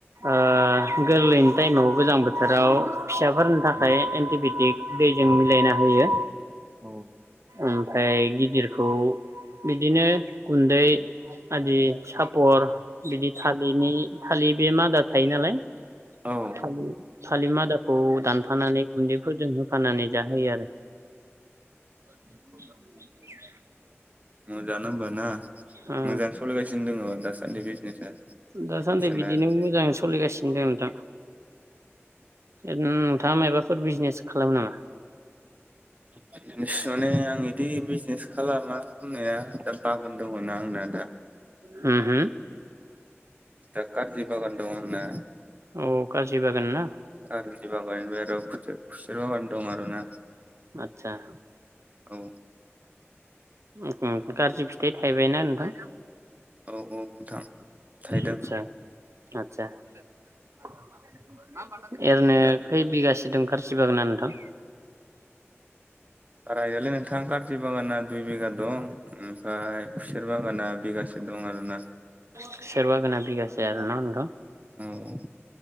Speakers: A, on the right (about 85°); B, on the right (about 35°).
A: ओ गोरलैनि टाइमाव गोजां बोथोराव फिसाफोरनि थाखाय एन्टिबायटिक दैजों मिलायना होयो।
B: औ।
A: ओमफाय गिदिरखौ बिदिनो गुन्दै आदि सापर बिदि थालिरनि थालिर बे मादा थायो नालाय
B: औ
A: थालिर। थालिर मादाखौ दानफानानै गुन्दैफोरजों होफानानै जाहोयो आरो। <unintelligible>
B: मोजाङानो होमबाना
A: ओ
B: मोजां सलायगासिनो दोङो दास सान्दै बिजनेस आ
A: दासान्दि
B: हांसोना
A: बिदिनो
B: आरो।
A: मोजाङै सोलिगासिनो दं नोंथां ओरैनो नोंथाङा मायबाफोर बिजनेस खालामो नामा?
B: <unintelligible> माने आं इदि बिजनेस खालामा खामनाया दा बागान दङना आंना दा।
A: होम हो।
B: दा कारजि बागान दं आंना।
A: औ कारजि बागान ना।
B: कारजि बागान ओमफ्राय आरो खुसि खुसेर बागान दं आरो ना।
A: आतसा।
B: औ।
A: उम उम कारजि फिथाइ थायबायना नोंथां?
B: औ औ नोंथं थायदों
A: आतसा। आतसा ओरैनो
B: दा
A: खै बिगासे दं कार जि बागाना नोंथां?
B: बारा गैयालै नोंथां कारजि बागाना दुइ बिगा दं। ओमफ्राय खुसेर बागाना बिगासे दं आरोना।
A: खुसेर बागाना बिगासे आरो न' नोंथां?
B: औ औ।